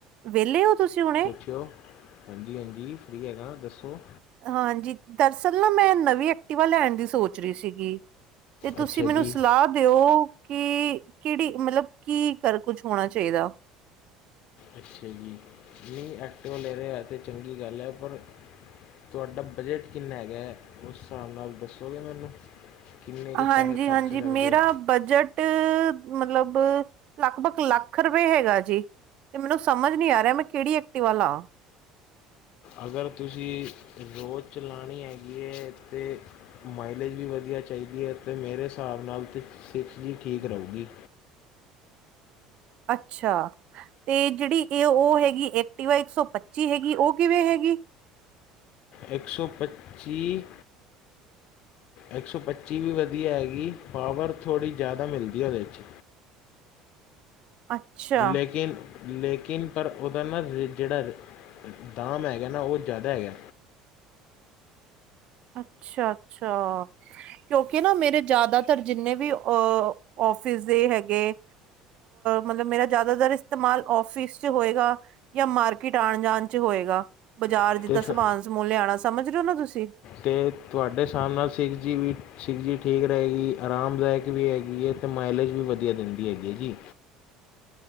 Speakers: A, on the right; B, on the left.
A: ਵਿਹਲੇ ਹੋ ਤੁਸੀਂ ਹੁਣੇ?
B: ਕਿਉੰ? ਹਾਂਜੀ, ਹਾਂਜੀ। ਫਰੀ ਹੈਗਾ ਦੱਸੋ?
A: ਹਾਂਜੀ। ਦਰਅਸਲ ਨਾ, ਮੈਂ ਨਵੀਂ ਐਕਟੀਵਾ ਲੈਣ ਦੀ ਸੋਚ ਰਹੀ ਸੀ ਗੀ। ਤੇ ਤੁਸੀਂ
B: ਅੱਛਾ
A: ਮੈਨੂੰ
B: ਜੀ
A: ਸਲਾਹ ਦਿਉ, ਕਿ ਕਿਹੜੀ ਮਤਲਬ ਕੀ, ਕਰ ਕੁਛ ਹੋਣਾ ਚਾਹੀਦਾ?
B: ਅੱਛਾ ਜੀ। ਨਹੀਂ ਐਕਟਿਵਾ ਲੈ ਰਹੇ, ਹੈ ਤਾਂ ਚੰਗੀ ਗੱਲ ਹੈ। ਪਰ ਤੁਹਾਡਾ ਬਜਟ ਕਿੰਨਾ ਹੈਗਾ, ਉਸ ਹਿਸਾਬ ਨਾਲ ਦੱਸੋਗੇ, ਮੈਨੂੰ? ਕਿੰਨੇ ਕੁ,
A: ਹਾਂਜੀ
B: ਪੈਸੇ ਖਰਚ
A: ਹਾਂਜੀ
B: ਸਕਦੇ
A: ਮੇਰਾ
B: ਹੋ?
A: ਬਜਟ ਮਤਲਬ, ਲਗਭਗ ਲੱਖ ਰੁਪਏ ਹੈਗਾ ਜੀ। ਤੇ ਮੈਨੂੰ ਸਮਝ ਨਹੀਂ ਆ ਰਿਹਾ, ਮੈਂ ਕਿਹੜੀ ਐਕਟੀਵਾ ਲਾ।
B: ਅਗਰ, ਤੁਸੀਂ ਰੋਜ਼ ਚਲਾਉਣੀ ਹੈਗੀ ਹੈ ਤੇ ਮਾਈਲੇਜ ਵੀ ਵਧੀਆ ਚਾਹੀਦੀ ਹੈ, ਤੇ ਮੇਰੇ ਹਿਸਾਬ ਨਾਲ ਤੇ ਸਿਕਸ ਜੀ, ਠੀਕ ਰਹੂਗੀ।
A: ਅੱਛਾ। ਤੇ ਜਿਹੜੀ ਇਹ, ਉਹ ਹੈਗੀ, ਐਕਟੀਵਾ ਇੱਕ ਸੌ ਪੱਚੀ ਹੈਗੀ, ਉਹ ਕਿਵੇਂ ਹੈਗੀ?
B: ਇੱਕ ਸੌ ਪੱਚੀ ਇੱਕ ਸੌ ਪੱਚੀ ਵੀ ਵਧੀਆ ਹੈਗੀ, ਪਾਵਰ ਥੋੜ੍ਹੀ ਜ਼ਿਆਦਾ ਮਿਲਦੀ ਹੈ ਉਹਦੇ ਚ।
A: ਅੱਛਾ
B: ਲੇਕਿਨ ਲੇਕਿਨ, ਪਰ ਉਹਦਾ ਨਾ ਜਿਹੜਾ ਦਾਮ ਹੈਗਾ ਨਾ, ਉਹ ਜ਼ਿਆਦਾ ਹੈਗਾ।
A: ਅੱਛਾ- ਅੱਛਾ। ਕਿਉਂਕਿ ਨਾ ਮੇਰੇ ਜਿਆਦਾਤਰ ਜਿੰਨੇ ਵੀ, ਆਫਿਸ ਦੇ ਹੈਗੇ ਮਤਲਬ, ਮੇਰਾ ਜ਼ਿਆਦਾਤਰ ਇਸਤੇਮਾਲ ਆਫਿਸ ਚ ਹੋਏਗਾ, ਜਾਂ ਮਾਰਕੀ ਟ, ਆਣ-ਜਾਣ ਚ ਹੋਏਗਾ, ਬਾਜ਼ਾਰ
B: ਅਤੇ
A: ਜਿੱਦਾਂ
B: ਫਿਰ
A: ਸਮਾਨ- ਸਮੂਨ ਲਿਆਉਣਾ, ਸਮਝ ਰਹੇ ਹੋ ਨਾ ਤੁਸੀਂ?
B: ਤੇ ਤੁਹਾਡੇ, ਹਿਸਾਬ ਨਾਲ, ਸਿਕਸ ਜੀ ਵੀ, ਸਿਕਸ ਜੀ ਠੀਕ ਰਹੇਗੀ, ਆਰਾਮਦਾਇਕ ਵੀ ਹੈਗੀ ਏ। ਤੇ, ਮਾਈਲੇਜ ਵੀ ਵਧੀਆ ਦਿੰਦੀ ਹੈਗੀ ਹੈ ਜੀ।